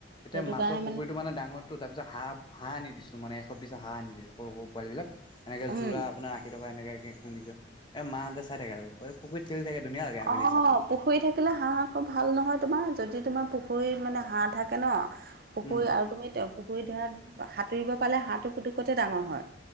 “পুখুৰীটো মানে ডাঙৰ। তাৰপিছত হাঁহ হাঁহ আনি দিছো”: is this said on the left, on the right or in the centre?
Left